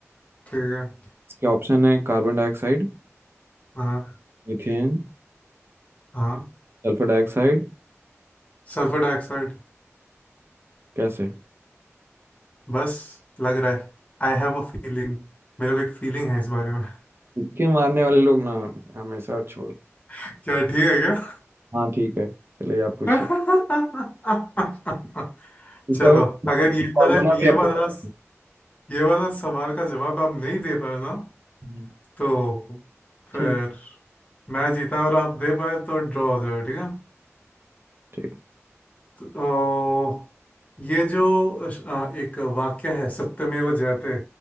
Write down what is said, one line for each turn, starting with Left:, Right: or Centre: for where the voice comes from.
Left: ठीक है
Right: इसके ऑप्शन है carbon dioxide
Left: हाँ
Right: methane
Left: हाँ
Right: sulphur dioxide
Left: Sulphur dioxide
Right: कैसे
Left: बस लग रहा है आई हैव अ फीलिंग मेरे को एक फीलिंग है इस बारे में
Right: तुक्के मारने वाले लोग ना हमेशा छोड़
Left: <laughs> क्या ठीक है क्या
Right: हाँ ठीक है चलिए आप पूछिए
Left: <laughs>
Right: इसका
Left: चलो अगर ये
Right: फॉर्मूला
Left: वाला
Right: भी
Left: ये
Right: आपको
Left: वाला
Right: पता-
Left: ये वाला सवाल का जवाब आप नहीं दे पाए ना
Right: हम्म,
Left: तो फिर
Right: ठीक
Left: मैं जीता और आप दे पाए तो ड्रॉ हो जाएगा ठीक है
Right: ठीक
Left: तो ये जो अ, एक वाक्य है सत्यमेव जयते